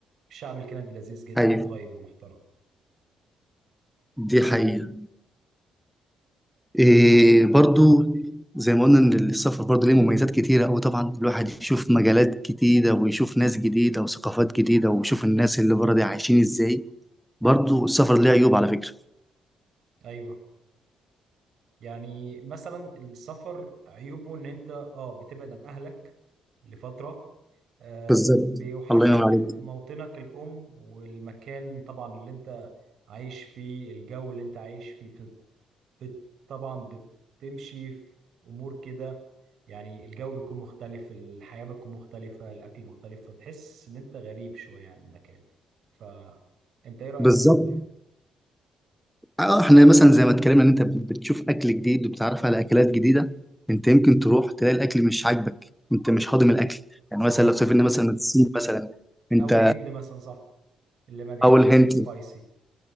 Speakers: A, on the right (about 65°); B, in the centre.
A: الشعب الكندي لذيذ جدا
B: ايوه
A: وطيب ومحترم
B: دي حقيقه إيه برضو زي ما قلنا ان السفر برضو ليه مميزات كتيره قوي طبعا الواحد يشوف مجالات جديده ويشوف ناس جديده وثقافات جديده ويشوف الناس اللي بره دي عايشين ازاي برضو السفر ليه عيوب على فكره
A: ايوه يعني مثلا السفر عيوبه ان انت اه بتبعد عن اهلك لفتره آه
B: بالظبط
A: بيوحشك
B: الله ينور عليك
A: موطنك الام والمكان طبعا اللي انت عايش فيه الجو اللي انت عايش فيه بت... بت... طبعا بتمشي في امور كده يعني الجو بيكون مختلف الحياة بتكون مختلفة الأكل مختلف فبتحس إن أنت غريب شوية عن المكان فأنت إيه رأيك
B: بالظبط
A: برضو يعني
B: اه احنا مثلا زي ما اتكلمنا ان انت بتشوف اكل جديد وبتعرف على اكلات جديده انت يمكن تروح تلاقي الاكل مش عاجبك انت مش هاضم الاكل يعني
A: صحيح
B: مثلا لو سافرنا مثلا الصين مثلا انت
A: أو الهند مثلا صح اللي ما بيحبش
B: اول
A: أكل
B: هنت
A: سبايسي